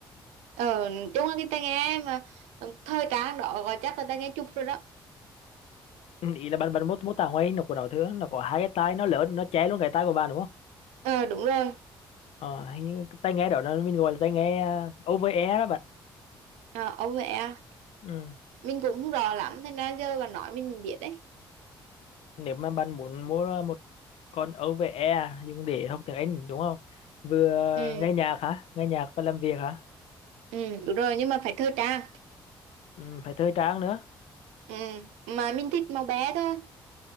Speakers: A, on the right (about 70°); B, on the left (about 60°).
A: ờ chung là cái tai nghe mà ừ, thời trang đó gọi chắc là tai nghe chụp rồi đó
B: ừ, ý là bạn bạn mô mô tả ngoài nó của nó thường nó có hai cái tai nó lớn nó che luôn cái tai của bạn đúng không
A: ờ đúng rồi
B: ờ hình như cái tai nghe đó nó mình gọi là tai nghe à, over ear đó bạn
A: ờ ông mẹ
B: ừ
A: mình cũng không rõ lắm nên ra giờ bà nói mình biết đấy
B: nếu mà bạn muốn mua một con OVE dùng để học tiếng Anh đúng không vừa
A: ừ
B: nghe nhạc hả nghe nhạc và làm việc hả
A: ừ đúng rồi nhưng mà phải thời trang
B: ừ, phải thời trang nữa
A: ừ. mà mình thích màu bé thôi